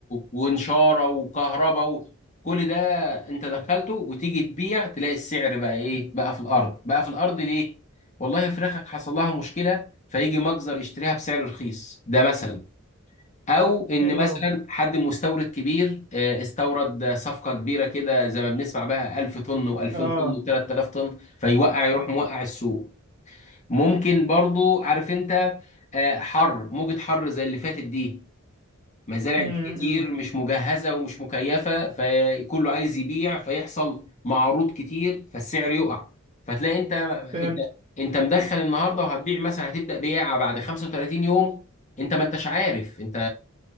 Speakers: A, on the left; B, on the right.
A: ونشاره وكهرباء و... كل ده انت دخلته وتيجي تبيع تلاقي السعر بقى ايه بقى في الارض بقى في الارض ليه والله فراخك حصل لها مشكله فيجي مجزر يشتريها بسعر رخيص ده مثلا او ان
B: حلو
A: مثلا
B: أوي
A: حد مستورد كبير آه، استورد صفقه كبيره كده زي ما بنسمع بقى 1000 طن و2000
B: آه
A: طن و3000 طن فيوقع يروح موقع السوق ممكن برضو عارف انت آه، حر موجة حر زي اللي فاتت دي مزارع
B: امم
A: كتير مش مجهزة ومش مكيفة فكله عايز يبيع فيحصل معروض كتير فالسعر يقع فتلاقي انت
B: فهمت
A: انت انت مدخل النهارده وهتبيع مثلا هتبدأ بيعة بعد 35 يوم انت ما انتش عارف انت